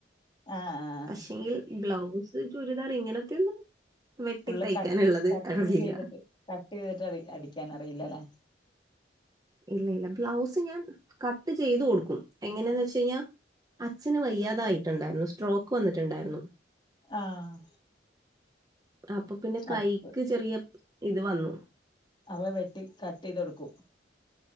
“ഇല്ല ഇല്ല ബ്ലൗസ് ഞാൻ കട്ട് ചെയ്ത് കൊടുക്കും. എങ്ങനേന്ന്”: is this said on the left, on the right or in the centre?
Right